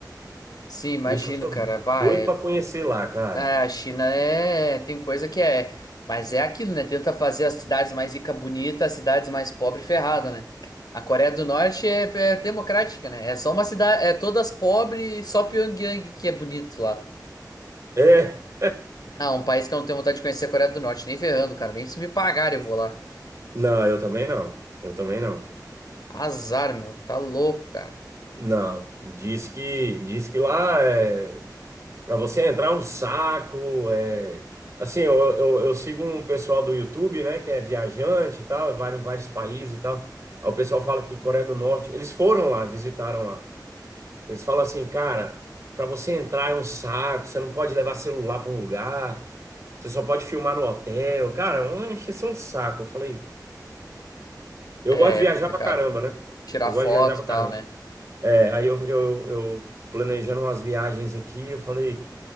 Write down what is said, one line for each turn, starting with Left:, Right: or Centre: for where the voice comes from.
Left: Sim, imagino,
Right: Por isso que eu sou
Left: cara. Bah,
Right: doido
Left: é.
Right: pra conhecer lá, cara.
Left: É, a China é, tem coisa que é, mas é aquilo, né? Tenta fazer as cidades mais ricas bonitas, as cidades mais pobres ferrada né? A Coreia do Norte é, é democrática, né? É só uma cidade, é todas pobres, só Pyongyang que é bonito lá.
Right: É,
Left: Ah, um país que eu não tenho vontade de conhecer é a Coreia do Norte, nem ferrando, cara, nem se me pagar eu vou lá.
Right: não, eu também não. Eu também não.
Left: Azar, meu, tá louco, cara.
Right: Não, diz que diz que lá é Para você entrar é um saco, é... Assim, eu, eu, eu sigo um pessoal do YouTube, né, que é viajante e tal, é vários, vários países e tal. Aí o pessoal fala que Coreia do Norte, eles foram lá, visitaram lá. Eles falam assim, cara, para você entrar é um saco, você não pode levar celular para um lugar, você só pode filmar no hotel. Cara, é uma encheção de saco. Eu falei, eu
Left: É,
Right: gosto de
Left: é
Right: viajar
Left: complicado.
Right: pra caramba, né?
Left: Tirar
Right: Eu
Left: foto
Right: gosto de viajar pra
Left: e tal,
Right: caramba.
Left: né?
Right: É, aí eu, eu, eu planejando umas viagens aqui, eu falei.